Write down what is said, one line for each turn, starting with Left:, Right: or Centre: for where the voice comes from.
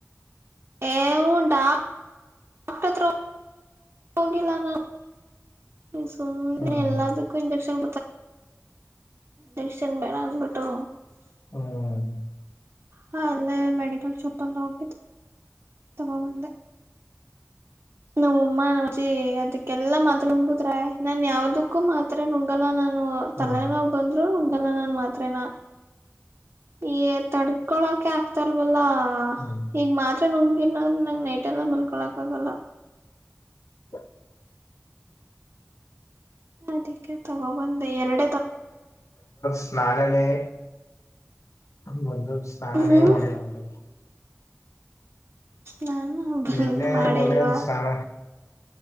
Right: ಏ <unintelligible> ಕ್ಟ ಎತ್ರ <unintelligible> ಹೋಗಿಲ್ಲ ನಾವು ಸುಮ್ಮನೆ
Left: ಹ್ಮ್
Right: ಎಲ್ಲಾದಕ್ಕ ಇಂಜೆಕ್ಷನ್ ಜೆಕ್ಷನ್ ಬೇಡ ಅನ್ಬಿಟ್ಟು
Left: ಹ್ಮ
Right: ಹ ಅಲ್ಲೇ ಮೆಡಿಕಲ್ ಶಾಪ್ ಅಲ್ಲ ಹೋಗಿದ್ದ ತಗೋ ಬಂದೆ ನಮ್ ಅಮ್ಮ ನಮ್ಮಜ್ಜಿ ಅದಕ್ಕೆಲ್ಲಾ ಮಾತ್ರ ಹಂಗುದ್ರ ನನ್ ಯಾವದಕ್ಕೂ ಮಾತ್ರ ನುಂಗಲ್ಲ
Left: ಹ್ಮ್
Right: ತಲೆನೋ ಬಂದ್ರು ಇದಲ್ಲ ನಾನು ಮಾತ್ರೇನಾ ಈ ತಡ ಕಕೊಳಕೆ ಆಗ್ತಲ್ವಲ್ಲ
Left: ಹ್ಮ್
Right: ಈಗ ಮಾತ್ರ ನ ಇನಾದ್ರ ನಂಗ್ ನೈಟ್ ಎಲ್ಲ ಮಲ್ಕೊಳಕ್ ಆಗಲ್ಲ
Left: ಹ್ಮ
Right: ಅದಿಕ್ಕೆ ತಗೋಬಂದೆ ಎರಡು
Left: ಸ್ನಾನನ <unintelligible> ಮೊದ್ಲು ಸ್ನಾನ
Right: ಹ್ಮ್
Left: ಮಾಡಿಲ್ಲ ಅವನು
Right: ನಾನು ಬಂದ್
Left: ನಿನ್ನೆ
Right: ಮಾಡೇ
Left: ಮೊನ್ನೆ
Right: ಇಲ್ವಾ
Left: ಒಂದ್ ಸ್ನಾನ